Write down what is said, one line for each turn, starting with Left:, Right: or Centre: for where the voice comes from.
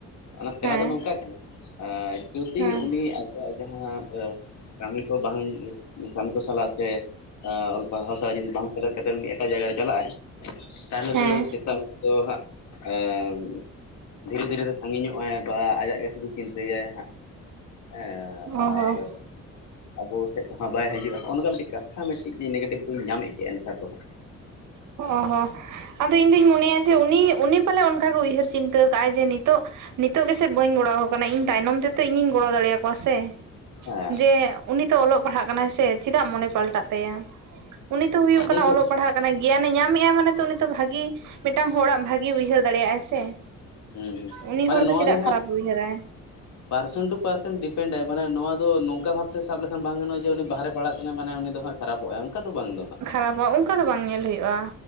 Left: ᱚᱱᱟ ᱛᱮᱞᱟ
Right: ᱦᱮᱸ
Left: ᱫᱚ ᱱᱚᱝᱠᱟ ᱠᱟᱱᱟ, ᱡᱩᱫᱤ
Right: ᱦᱮᱸ
Left: ᱩᱱᱤ ᱟᱡᱟᱜ ᱡᱟᱦᱟᱸ <inaudible> ᱠᱟᱹᱢᱤ ᱠᱚ ᱵᱟᱝ ᱠᱟᱹᱢᱤ ᱠᱚ ᱥᱟᱞᱟᱜ ᱥᱮ ᱚᱞ ᱯᱟᱲᱦᱟᱣ ᱥᱟᱶ ᱡᱩᱫᱤ ᱵᱟᱝ ᱥᱮᱞᱮᱫ ᱠᱟᱛᱮᱫ, ᱩᱱᱤ ᱮᱴᱟᱜ ᱡᱟᱭᱜᱟ ᱨᱮ ᱪᱟᱞᱟᱜ ᱟᱭ᱾ ᱛᱟᱦᱚᱞᱮ
Right: ᱦᱮᱸ
Left: ᱫᱚ ᱪᱮᱛᱟᱱ ᱛᱳ ᱦᱟᱸᱜ ᱮᱢ ᱫᱷᱤᱨᱮ ᱫᱷᱤᱨᱮ ᱥᱟᱺᱜᱤᱧ ᱚᱜᱼᱟᱭ ᱵᱟ ᱟᱡᱟᱜ ᱜᱮ ᱥᱩᱫᱩ ᱪᱤᱱᱛᱟᱹᱭᱟᱭ ᱦᱟᱜ᱾ ᱦᱮᱸᱟᱨ
Right: ᱚ ᱦᱚᱸ
Left: ᱟᱵᱚ ᱥᱮᱫ ᱫᱚ ᱦᱟᱜ ᱵᱟᱭ ᱦᱤᱡᱩᱜᱼᱟ᱾ ᱱᱚᱜ-ᱚᱭ ᱱᱚᱝᱠᱟ ᱢᱤᱫᱴᱤᱡ ᱠᱟᱛᱷᱟ ᱢᱤᱫᱴᱤᱡ ᱱᱮᱜᱮᱴᱤᱵᱷ ᱫᱚᱧ ᱧᱟᱢᱮᱫ ᱜᱮᱭᱟ᱾ ᱮᱱᱥᱟᱨ ᱫᱚ ᱦᱟᱸᱜ᱾
Right: ᱚ ᱻᱦᱚᱸ ᱟᱫᱚ ᱤᱧ ᱫᱩᱧ ᱢᱚᱱᱮᱭᱟ ᱡᱮ ᱩᱱᱤ ᱩᱱᱤ ᱯᱟᱞᱮ ᱚᱱᱠᱟᱜᱮ ᱩᱭᱦᱟᱹᱨ ᱪᱤᱱᱛᱟᱹ ᱠᱟᱜᱼᱟᱭ ᱡᱮ ᱱᱤᱛᱚᱜ ᱱᱤᱛᱚᱜ ᱜᱮ ᱥᱮᱫ ᱵᱟᱹᱧ ᱜᱚᱲᱚ ᱟᱠᱚ ᱠᱟᱱᱟ ᱤᱧ᱾ ᱛᱟᱭᱱᱚᱢ ᱛᱮᱛᱚ ᱤᱧᱤᱧ ᱜᱚᱲᱚ ᱫᱟᱲᱮᱭᱟᱠᱚᱣᱟ ᱥᱮ?
Left: ᱦᱮᱸ
Right: ᱡᱮ ᱩᱱᱤ ᱛᱚ ᱚᱞᱚᱜ ᱯᱟᱲᱦᱟᱜ ᱠᱟᱱᱟᱭ ᱥᱮ? ᱪᱮᱫᱟᱜ ᱢᱚᱱᱮ ᱯᱟᱞᱴᱟᱜ ᱛᱟᱭᱟ᱾ ᱩᱱᱤᱛᱚ ᱦᱳᱭᱳᱜ
Left: ᱱᱤᱭᱟᱹᱜᱮ
Right: ᱠᱟᱱᱟ ᱚᱞᱚᱜ
Left: ᱦᱩᱸ
Right: ᱯᱟᱲᱦᱟᱜ ᱠᱟᱱᱟᱭ᱾ ᱜᱮᱭᱟᱱᱮ ᱧᱟᱢ ᱮᱜᱟᱭ ᱢᱟᱱᱮ ᱛᱚ ᱩᱱᱤ ᱛᱚ ᱵᱷᱟᱜᱤ ᱢᱤᱫᱴᱟᱝ ᱦᱚᱲᱟᱜ ᱵᱷᱟᱜᱤ ᱩᱭᱦᱟᱹᱨ ᱫᱟᱲᱮᱭᱟᱜᱼᱟᱭ ᱥᱮ
Left: ᱦᱩᱸ
Right: ᱩᱱᱤ
Left: ᱢᱟᱱᱮ
Right: ᱦᱚᱲ ᱫᱚ
Left: ᱱᱚᱣᱟ
Right: ᱪᱮᱫᱟᱜ
Left: ᱦᱟᱸᱜ
Right: ᱠᱷᱟᱨᱟᱯ ᱩᱭᱦᱟᱹᱨᱟᱭ
Left: ᱯᱟᱨᱥᱮᱱ ᱴᱩ ᱯᱟᱨᱥᱮᱱ ᱰᱤᱯᱮᱱᱰ ᱟᱭ ᱢᱟᱱᱮ ᱱᱚᱣᱟ ᱫᱚ ᱱᱚᱝᱠᱟ ᱵᱷᱟᱵ ᱥᱟᱵ ᱞᱮᱠᱷᱟᱱ ᱵᱟᱝ ᱜᱟᱱᱚᱜᱼᱟ ᱡᱮ ᱩᱱᱤ ᱵᱟᱦᱨᱮ ᱯᱟᱲᱦᱟᱜ ᱠᱟᱱᱟ ᱢᱟᱱᱮ ᱩᱱᱤ ᱫᱚ ᱦᱟᱸᱜ ᱠᱷᱟᱨᱟᱯᱚᱜᱼᱟ᱾ ᱚᱱᱠᱟ ᱫᱚ ᱵᱟᱝ ᱫᱚ ᱦᱟᱸᱜ᱾
Right: ᱠᱷᱟᱨᱟᱯᱚᱜ ᱚᱱᱠᱟ ᱫᱚ ᱵᱟᱝ ᱧᱮᱞ ᱦᱩᱭᱩᱜᱼᱟ᱾